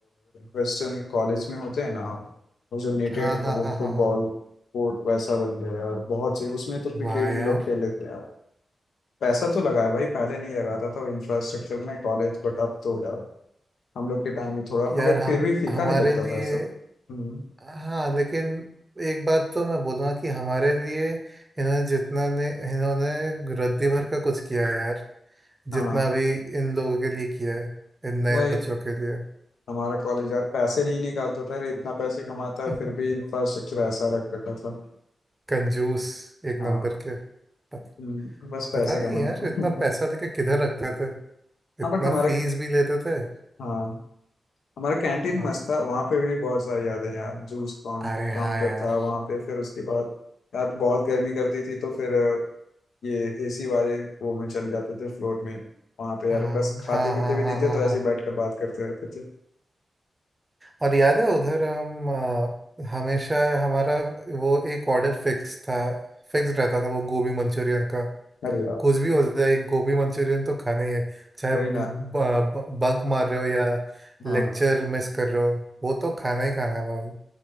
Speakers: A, on the left; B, on the right.
A: वेस्टर्न कॉलेज में होते हैं ना वो जो नेटेड
B: हाँ हाँ
A: वो
B: हाँ
A: फुटबॉल
B: हाँ हाँ
A: कोर्ट वैसा बन गया है और बहुत सही उसमें तो क्रिकेट
B: वाह
A: भी
B: यार
A: लोग खेल लेते हैं यार पैसा तो लगा है भाई पहले नहीं लगाता था इंफ्रास्ट्रक्चर में कॉलेज बट अब तो यार हम लोग के टाइम में थोड़ा
B: यार
A: मगर
B: हम
A: फिर भी फीका
B: हमारे
A: नहीं लगता
B: लिए
A: था ऐसा हम्म
B: हाँ लेकिन एक बात तो मैं बोलूँगा कि हमारे लिए इन्होंने जितना ने इन्होंने रद्दी भर का कुछ किया है यार
A: हाँ
B: जितना भी इन लोगों के लिए किया है इन नए
A: वही
B: बच्चों के लिए
A: हमारा कॉलेज यार पैसे नहीं निकालता था यार इतना पैसे कमाता है
B: <laughs>
A: फिर भी इंफ्रास्ट्रक्चर ऐसा रख रखा था
B: कंजूस एक
A: हाँ
B: नंबर के पत,
A: हम्म, बस पैसे
B: पता नहीं
A: कमाने
B: यार
A: को।
B: इतना पैसा
A: <laughs>
B: लेके किधर रखते थे
A: हाँ
B: इतना
A: बट हमारा
B: फीस भी लेते थे
A: हाँ हमारा कैंटीन
B: हाँ
A: मस्त था वहाँ पे भी बहुत सारी यादें हैं यार जूस काउंट
B: अरे
A: काउंटर
B: हाँ यार
A: था वहाँ पे फिर उसके बाद यार बहुत गर्मी करती थी तो फिर अ, ये एसी वाले वो में चल जाते थे फ्लोर में वहाँ पे यार
B: हाँ
A: बस खाते
B: हाँ
A: पीते
B: हाँ
A: भी नहीं
B: हाँ
A: थे
B: हाँ
A: तो
B: हाँ
A: ऐसे ही बैठ कर बात करते रहते थे
B: और याद है उधर हम अ, हमेशा हमारा वो एक ऑर्डर फिक्स था फिक्स रहता था वो गोभी मंचूरियन का
A: अरे यार
B: कुछ भी हो जाए एक गोभी मंचूरियन तो खाना ही है चाहे
A: वही
B: बंक
A: ना
B: मार रहे हो या
A: हाँ
B: लेक्चर मिस कर रहे हो वो तो खाना ही खाना है भाई